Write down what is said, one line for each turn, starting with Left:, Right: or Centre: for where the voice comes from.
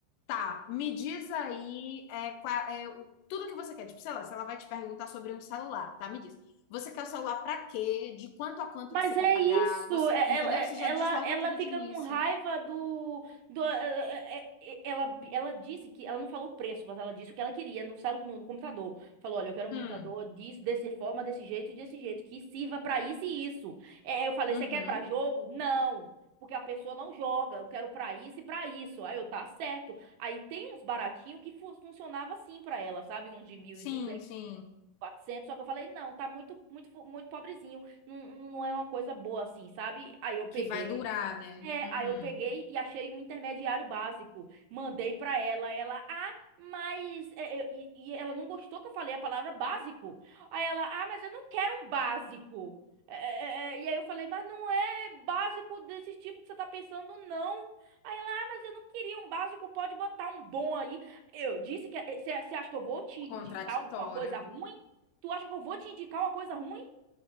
Left: tá, me diz aí é, qua- é, o- tudo que você quer. Tipo, sei lá, se ela vai te perguntar sobre um celular, tá? Me diz. Você quer o celular pra quê? De quanto a quanto
Right: Mas
Left: que você
Right: é
Left: quer pagar?
Right: isso,
Left: Você,
Right: é-
Left: entendeu?
Right: ela, é-
Left: Você já
Right: ela,
Left: diz logo
Right: ela
Left: tudo
Right: fica
Left: de início.
Right: com raiva do, do é- é- é- ela, ela disse que, ela não falou o preço, mas ela disse o que ela queria no, celu- no computador. Falou, olha, eu quero um
Left: Hum,
Right: computador disso, dessa forma, desse jeito e desse jeito, que sirva pra isso e isso. É, eu falei,
Left: uhum.
Right: você quer pra jogo? Não, porque a pessoa não joga, eu quero pra isso e pra isso. Aí eu, tá certo. Aí tem uns baratinhos que fu- funcionava assim pra ela, sabe? Uns de mil
Left: Sim,
Right: e duzentos
Left: sim.
Right: quatrocentos só que eu falei, não, tá muito, muito, fo- muito pobrezinho, não, não é uma coisa boa assim, sabe? Aí eu peguei,
Left: Que vai durar, né?
Right: é,
Left: Uhum.
Right: aí eu peguei e achei um intermediário básico. Mandei pra ela, ela, ah, mas é, é, e, e ela não gostou que eu falei a palavra básico. Aí ela, ah, mas eu não quero um básico. É, é, é, é, e aí eu falei, mas não é básico desse tipo que você tá pensando, não. Aí ela, ah, mas eu não queria um básico, pode botar um bom aí. Eu disse que "É, você acha que eu vou te indicar
Left: Contraditório.
Right: alguma coisa ruim? Tu acha que eu vou te indicar uma coisa ruim?